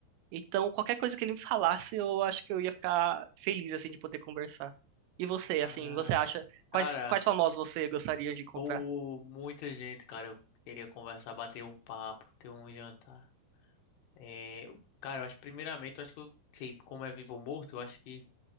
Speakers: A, on the right (about 85°); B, on the left (about 75°).
A: Então, qualquer coisa que ele me falasse, eu acho que eu ia ficar feliz, assim, de poder conversar. E você, assim,
B: Ah,
A: você acha, quais,
B: cara,
A: quais famosos você gostaria de encontrar?
B: pô, muita gente, cara. Eu queria conversar, bater um papo, ter um jantar. É, eu- cara, eu acho, primeiramente, eu acho que eu sei como é vivo ou morto, eu acho que